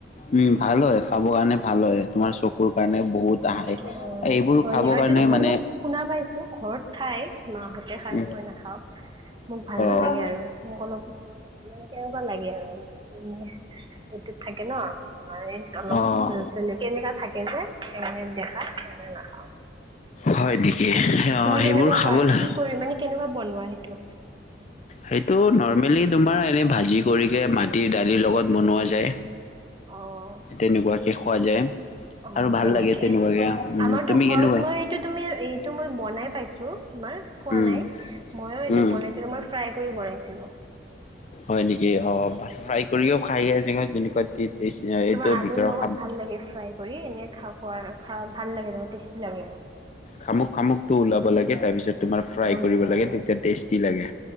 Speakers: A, on the left; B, on the right.
A: উম, ভাল হয় খাব কাৰণে ভাল হয়। তোমাৰ চকুৰ কাৰণে বহুত, আহাই
B: অ
A: এইবোৰ
B: হয়
A: খাব
B: নি এইটোতো
A: কাৰণে
B: শুনো
A: মানে
B: শুনা পাইছো ঘৰত খায়, মাহঁতে খায়
A: উম,
B: মই নাখাওঁ। মোক ভাল
A: অ',
B: নালাগে আৰু, মোক অলপ মানে কেনেকুৱা লাগে আৰু, এইটোত থাকে ন তোমাৰ এই অলপ
A: অ', অ'।
B: চ কেনেকা থাকে যে সেইকাৰণে দেখাত, সেইকাৰণে নাখাওঁ।
A: হয় নেকি, অ',
B: তুমি
A: সেইবোৰ
B: কেনেকুৱা
A: খাবলৈ
B: খোৱা কি কৰি মানে কেনেকুৱা বনোৱা সেইটো
A: সেইটো নৰ্মেলি তোমাৰ এনেই ভাজি কৰিকে, মাটিৰ দালিৰ লগত বনোৱা যায়।
B: অ
A: তেনেকুৱাকে খোৱা যায়।
B: অ',
A: আৰু ভাল
B: হয়
A: লাগে
B: নেকি।
A: তেনেকুৱাকে উম,
B: আমাৰতো
A: তুমি
B: ঘৰত
A: কেনেকুৱা
B: মই এইটো তুমি এইটো মই বনাই পাইছো। তোমাৰ খোৱা
A: উম,
B: নাই, ময়ো এইটো
A: উম,
B: বনাইছিলো, মই ফ্ৰাই কৰি বনাইছিলো।
A: হয় নেকি, অ', ফ্ৰাই কৰিও খাই এনেকুৱা যেনেকুৱা টেষ্ট এইটো
B: তোমাৰ আলুৰ
A: ভিতৰৰ
B: লগত
A: খাম
B: ভাল লাগে ফ্ৰাই কৰি এনে খাৱ, <unintelligible> ভাল লাগে টেষ্টি লাগে আৰু।
A: শামুক শামুকটো ওলাব লাগে, তাৰপিছত তোমাৰ ফ্ৰাই
B: উম,
A: কৰিব
B: উম,
A: লাগে তেতিয়া টেষ্টি লাগে।